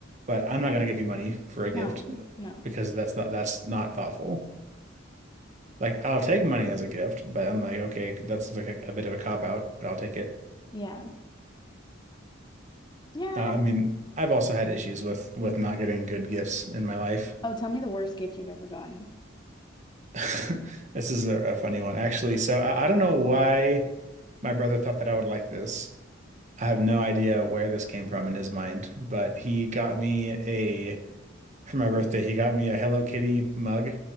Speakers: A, on the right (about 35°); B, on the left (about 20°).
A: but I'm not gonna give you money for a
B: No.
A: gift
B: No.
A: because that's not that's not thoughtful. Like I'll take money as a gift, but I'm like, okay, that seems like a, a bit of a cop out, but I'll take it.
B: Yeah. Yeah, I
A: Uh, I
B: don't
A: mean,
B: know.
A: I've also had issues with with not getting good gifts in my life.
B: Oh, tell me the worst gift you've ever gotten.
A: <laughs> This is a, a funny one, actually. So I, I don't know why my brother thought that I would like this. I have no idea where this came from in his mind, but he got me a for my birthday, he got me a Hello Kitty mug.